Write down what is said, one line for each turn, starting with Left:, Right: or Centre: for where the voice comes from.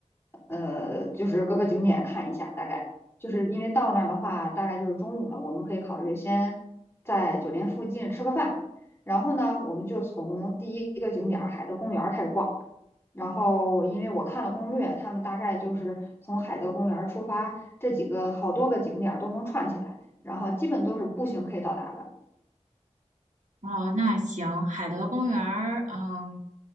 Left: 呃，就是各个景点看一下，大概就是因为到那儿的话，大概就是中午了，我们可以考虑先在酒店附近吃个饭，然后呢，我们就从第一个景点儿海德公园儿开始逛。然后，因为我看了攻略，他们大概就是从海德公园儿出发，这几个好多个景点儿都能串起来，然后基本都是步行可以到达的。
Right: 哦，那行，海德公园儿，嗯，